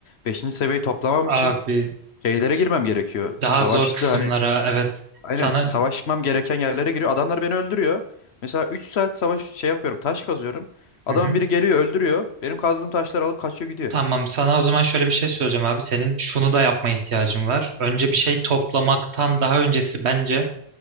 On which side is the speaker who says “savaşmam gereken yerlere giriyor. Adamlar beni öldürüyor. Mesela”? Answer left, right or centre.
Left